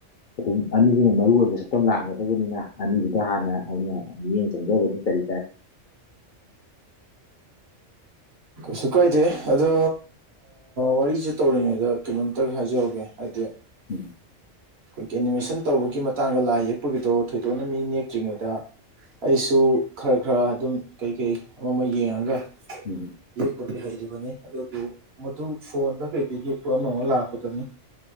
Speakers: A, on the left; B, on the right.
A: ꯑꯗꯨꯝ ꯑꯅꯤꯗꯨꯅ ꯃꯔꯨ ꯑꯣꯏꯕ ꯁꯛꯇꯝ ꯂꯥꯡꯒꯗꯕꯅꯤꯅ ꯑꯅꯤꯗꯨꯗ ꯍꯥꯟꯅ ꯑꯩꯅ ꯃꯤꯠꯌꯦꯡ ꯆꯪꯖꯕꯅꯤ ꯔꯤ ꯀ
B: ꯀꯩꯁꯨ ꯀꯥꯏꯗꯦ ꯑꯗꯣ ꯋꯥꯔꯤꯁꯦ ꯇꯧꯔꯤꯉꯩꯗ ꯀꯩꯅꯣꯝꯇ ꯍꯥꯏꯖꯧꯒꯦ ꯍꯥꯏꯗꯤ
A: ꯎꯝ
B: ꯑꯩꯈꯣꯏꯒꯤ ꯑꯦꯅꯤꯃꯦꯁꯟ ꯇꯧꯕꯒꯤ ꯃꯇꯥꯡꯗ ꯂꯥꯏ ꯌꯦꯛꯄꯒꯤꯗꯣ ꯊꯣꯏꯗꯣꯛꯅ ꯃꯤ ꯅꯦꯛꯇ꯭ꯔꯤꯉꯩꯗ ꯑꯩꯁꯨ ꯈꯔ ꯈꯔ ꯑꯗꯨꯝ ꯀꯩꯀꯩ ꯑꯃ ꯑꯃ ꯌꯦꯡꯉꯒ
A: ꯎꯝ
B: ꯌꯦ ꯀꯣꯗꯤ ꯍꯥꯏꯔꯔꯤꯕ ꯑꯗꯨꯕꯨ ꯃꯗꯨ ꯐꯣꯟꯗ ꯀꯩ ꯌꯦꯛꯄ ꯑꯃ ꯑꯃ ꯂꯥꯛꯄꯗꯨꯅꯤ